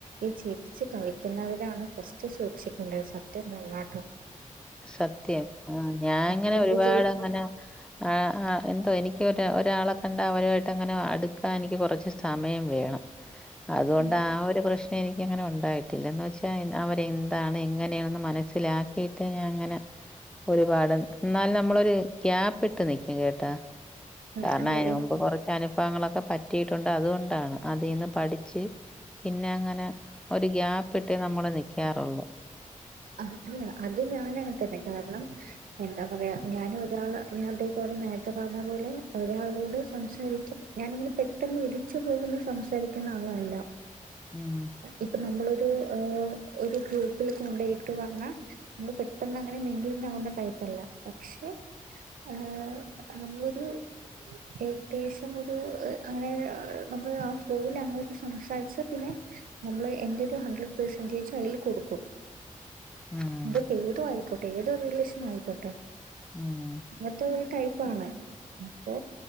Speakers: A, on the right; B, in the centre.
A: ഈ ചിരിച്ചു കളിക്കുന്നവരാണ് ഫസ്റ്റ് സൂക്ഷിക്കേണ്ടത് സത്യം പറഞ്ഞാട്ടൊ
B: സത്യം ആ ഞാനങ്ങനെ
A: അതെന്റെ
B: ഒരുപാട്
A: ജീവി
B: അങ്ങന ആഹ് ആഹ് എന്തോ എനിക്ക് ഒരാ ഒരാളെ കണ്ട അവരുമായിട്ട് അങ്ങനെ അടുക്കാൻ എനിക്ക് കൊറച്ച് സമയം വേണം അതോണ്ട്
A: ഉം
B: ആ ഒര് പ്രശ്നേ എനിക്കങ്ങനെ ഉണ്ടായിട്ടില്ല എന്ന് വെച്ചാ അവര് എന്താണ് എങ്ങനെണ്ന്ന് മനസ്സിലാക്കി ത് ഞാനങ്ങനെ ഒരുപാട് ന്നാലും നമ്മളൊര് കേപ്പ്ട്ട് നിക്കും കേട്ടോ
A: ഉം
B: കാരണം
A: അല്ല
B: അയ്ന്
A: എനി
B: മുമ്പ് കൊറച്ച് അനുഭവങ്ങളൊക്കെ പറ്റിയിട്ടുണ്ട് അതുകൊണ്ടാണ് അതിന്ന് പഠിച്ച് പിന്നെ അങ്ങനെ ഒരു ഗ്യാപ്പ് ഇട്ടേ നമ്മള് നിക്കാറൊള്ളൂ
A: അല്ല അത് ഞാനങ്ങനെ തന്നെ കാരണം എന്താ പറയാ ഞാന് ഒരാള് ഞാൻ അതേപോലെ നേരത്തെ പറഞ്ഞ പോലെ ഒരാളോട് സംസാരിക്കാം ഞാനിങ്ങനെ പെ പെട്ടെന്ന് ഇടിച്ചു പോകുന്ന സംസാരിക്കുന്ന ആളല്ല
B: ഉം
A: ഇപ്പൊ നമ്മളൊരു ഒരു ഗ്രൂപ്പിൽ കൊണ്ടോയിടു പറഞ്ഞ നമ്മള് പെട്ടെന്ന് അങ്ങനെ മിംഗലിങ് ആകുന്ന ടൈപ്പല്ല പക്ഷെ ആ നമ്മളൊരു ഏകദേശം ഒരു അങ്ങനെ നമ്മൾ ആ ഫ്ലോയിൽ അങ്ങോട്ട് സംസാരിച്ച പിന്നെ നമ്മള് എന്റെ ഒരു ഹൺഡ്രഡ് പെർസെൻറേജും അതിൽ കൊടുക്കും
B: ഉം.
A: ഇതപ്പോ ഏതോ ആയിക്കോട്ടെ ഏതൊ റിലേഷനോ ആയിക്കോട്ടെ
B: ഉം.
A: അങ്ങനത്തെ ഒരു ടയിപ്പാണ് അപ്പോ